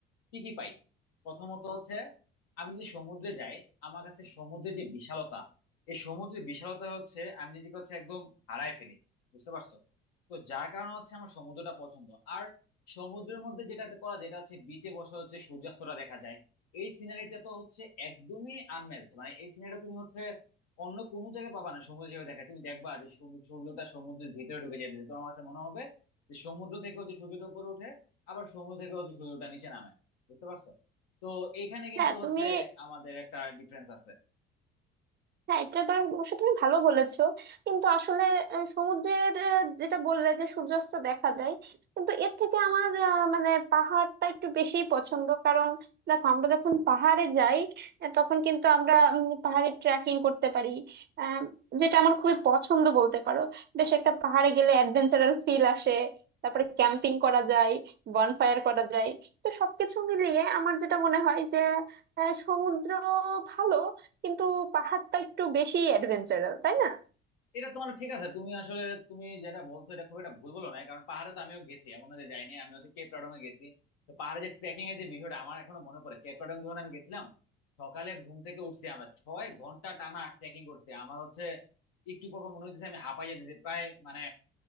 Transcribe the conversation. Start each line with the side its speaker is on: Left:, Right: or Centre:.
Left: কি কি পাই প্রথমত হচ্ছে আমি যদি সমুদ্রে যাই আমার কাছে সমুদ্রের যে বিশালতা এই সমুদ্রের বিশালতা হচ্ছে আমি নিজেকে হচ্ছে একদম হারায় ফেলি বুঝতে পারছো তো যার কারণে হচ্ছে আমার সমুদ্রটা পছন্দ আর সমুদ্রের মধ্যে যেটা করা যেটা হচ্ছে বিচে বসে হচ্ছে সূর্যাস্তটা দেখা যায় এই সিনারিটা তো হচ্ছে একদমই আনম্যাচড মানে এই সিনারিটা তুমি হচ্ছে অন্য কোনো জায়গায় পাবা না সমুদ্র যেভাবে দেখায় তুমি দেখবা যে সমু- সূর্যটা সমুদ্রের ভিতরে ঢুকে যেতে তোমার কাছে মনে হবে যে সমুদ্র থেকে হচ্ছে সূর্যটা উপরে ওঠে আবার সমুদ্র থেকে হচ্ছে সূর্যটা নিচে নামে বুঝতে পারছো তো এখানে কিন্তু
Right: হ্যাঁ
Left: হচ্ছে
Right: তুমি
Left: আমাদের একটা ডিফারেন্স আছে
Right: হ্যাঁ এটা তো অবশ্য তুমি ভালো বলেছো কিন্তু আসলে আহ, সমুদ্রের আহ, যেটা বললে যে সূর্যাস্ত দেখা যায় কিন্তু এর থেকে আমার আহ, মানে পাহাড়টা একটু বেশি পছন্দ কারণ দেখো আমরা যখন পাহাড়ে যাই আহ, তখন কিন্তু আমরা উম, পাহাড়ে ট্রেকিং করতে পারি আহ, যেটা আমার খুবই পছন্দ বলতে পারো বেশ একটা পাহাড়ে গেলে অ্যাডভেঞ্চারাল ফিল আসে তারপরে ক্যাম্পিং করা যায় বনফায়ার করা যায় তো সবকিছু মিলিয়ে আমার যেটা মনে হয় যে আহ, সমুদ্র ভালো কিন্তু পাহাড়টা একটু বেশি অ্যাডভেঞ্চারাল তাই না
Left: এটা তোমার ঠিক আছে তুমি আসলে তুমি যেটা বলছো এটা খুব একটা ভুল বলো না কারণ পাহাড়ে তো আমিও গেছি এমন না যে যাইনি আমি হচ্ছে কেপ টাউডং এ গেছি তো পাহাড়ে যে ট্রেকিং এর যে বিষয়টা আমার এখনো মনে পড়ে কেপ টাউডং যখন আমি গেছিলাম সকালে ঘুম থেকে উঠছি আমরা ছয় ঘন্টা টানা ট্রেকিং করছি আমার হচ্ছে একটু পর পর মনে হচ্ছে আমি হাঁপাই যেতেছি প্রায় মানে